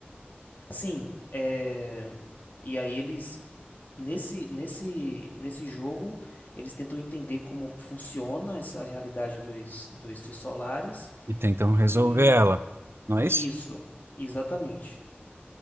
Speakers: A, on the left; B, on the right.
A: Sim, é... e aí eles nesse nesse nesse jogo eles tentam entender como que funciona essa realidade dos dos trissolares
B: e tentam resolver
A: e
B: ela, não é
A: e
B: isso?
A: isso, exatamente.